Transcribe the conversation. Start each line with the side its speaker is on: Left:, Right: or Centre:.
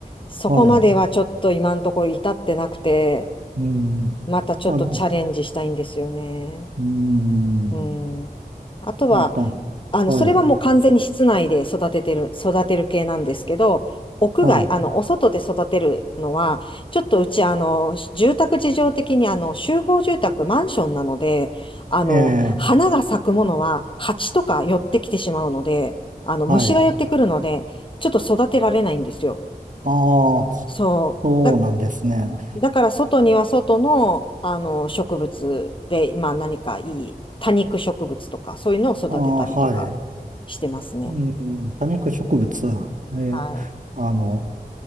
Left: そこまではちょっと今のところ至ってなくて、
Right: はい。うん。
Left: またちょっとチャレンジしたいんですよね。
Right: あ、のうーん。
Left: うん。あとは、
Right: なんか、
Left: あの、
Right: はい。
Left: それはもう完全に室内で育ててる、育てる系なんですけど、屋外、
Right: はい。
Left: あの、お外で育てるのは、ちょっとうち、あの、住宅事情的に、あの、集合住宅、マンションなので、あの、
Right: ええ、
Left: 花が咲くものは、蜂とか寄ってきてしまうので、あの、虫が寄ってくるので、
Right: はい。
Left: ちょっと育てられないんですよ。
Right: ああ。
Left: そう。
Right: そうなんですね。
Left: だ、だから、外には外の、あの、植物で、今何かいい多肉植物とか、そういうのを育てたりとか
Right: ああ、はい。
Left: してますね。
Right: うん、多肉植物。えーあの、
Left: はい。